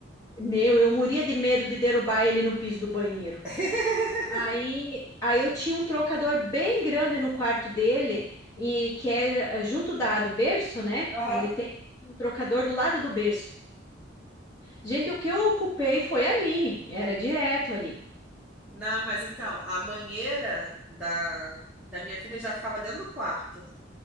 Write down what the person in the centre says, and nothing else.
<laughs>
Aham.
Não, mas então, a banheira da, da minha filha já ficava dentro do quarto,